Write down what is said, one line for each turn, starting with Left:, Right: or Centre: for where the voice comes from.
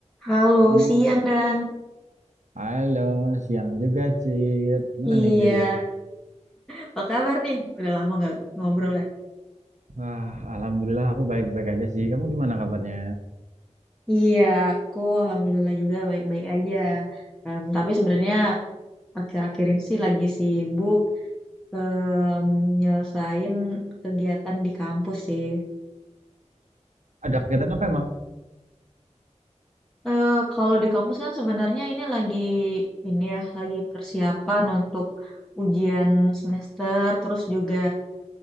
Centre: Halo,
Right: Halo,
Centre: siang Dan.
Right: Halo, siang juga, Cid. Gimana
Centre: Iya,
Right: nih, Cid?
Centre: apa kabar nih? Udah lama nggak ngobrol ya?
Right: Wah, alhamdulillah aku baik-baik aja sih. Kamu gimana kabarnya?
Centre: Iya, aku alhamdulillah juga baik-baik aja. Em, tapi sebenarnya akhir-akhir ini sih lagi sibuk em, nyelesain kegiatan di kampus sih.
Right: Ada kegiatan apa emang?
Centre: Eh, kalau di kampus kan sebenarnya ini lagi ini ya, lagi persiapan untuk ujian semester, terus juga